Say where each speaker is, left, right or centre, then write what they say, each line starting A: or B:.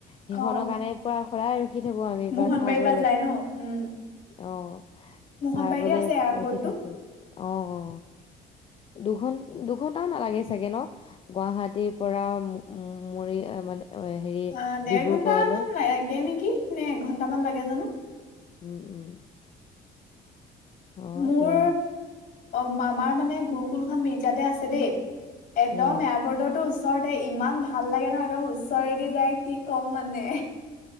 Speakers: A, on the left; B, on the left.
A: সিখনৰ
B: অ
A: কাৰণে পৰা কৰা আৰু ৰখি থাকো আমি
B: মোহনবাৰীৰ
A: পৰা চাবলৈ
B: যায় ন উম
A: অহ
B: মোহনবাৰীতে
A: চাবলে
B: আছে এয়াৰপৰ্টটো
A: ৰখি থাকো অ অ দুঘন দুঘন্টাও নালাগে চাগে ন গুৱাহাটীৰ পৰা মৰি মানে হেৰি
B: অ দেৰ
A: ডিব্ৰুগড়লৈ
B: ঘন্টামান লাগে নেকি নে এঘন্টামান লাগে জানোঁ।
A: উম উম অ
B: মোৰ
A: এতিয়া
B: আমাৰ মানে গুৰুকুলখন মিৰ্জাতে আছে দেই একদম
A: উম
B: এয়াৰপৰ্টতো। ওচৰতে ইমান ভাল লাগে নহ একদম ওচৰেদি যায় কি ক'ম মানে।